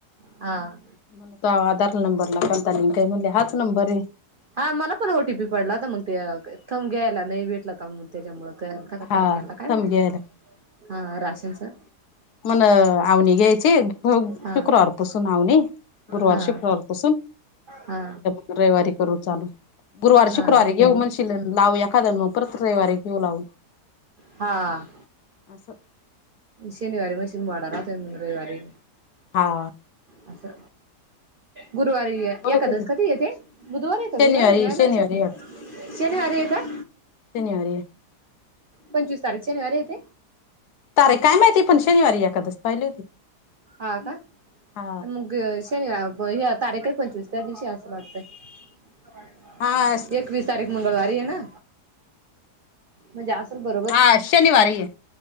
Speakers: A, on the right; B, on the left.
A: आ.
B: मला तो आधार नंबरला पणता काय म्हणले हाच नंबर आहे.
A: हा मला पण ओ टी पी पडला होता मग ते थंब घ्यायला नाही भेटलं का म्ह त्याच्यामुळे करता काकायला
B: हा
A: केता काय
B: थंब
A: बत
B: घ्यायला
A: हा राशनचा.
B: मण आवनी घ्यायची
A: हा
B: शुक्रवारपसून आवनी. गुरुवार-शुक्रवार
A: हा
B: कुसून.
A: हा.
B: रविवारी करू चालू गुरुवारी
A: हा
B: शुक्रवारी घेऊ म्हणजे. लावू एखाद्या मग प्रत्रवारीे घेऊ लावू.
A: हा.
B: <inaudible>
A: शनिवारी मशीन वाडरा त रवारी.
B: हा.
A: असचछा. गुरुवारी
B: बोलत
A: एखद्याच
B: होते
A: कधी येते बुधवारी येत
B: शनिवारी
A: गुरुवारी म
B: शनिवारी
A: लक्षात नाही. शनिवारी आहे काय?
B: शनीवारी.
A: पंचवीस तारिख शनिवारी येते?
B: तारे काय माहिती पण शनिवारी या कदच पाहिली होती.
A: हा काय,
B: हा
A: हम्म. शे नाही तारीख आहे पंचवीस त्या दिवशी असं वागतय. <unintelligible>
B: हा.
A: एकवीस तारीख मंगळवारी आहे ना. म्हणजे असेल बरोबर
B: हा शनिवारी आहे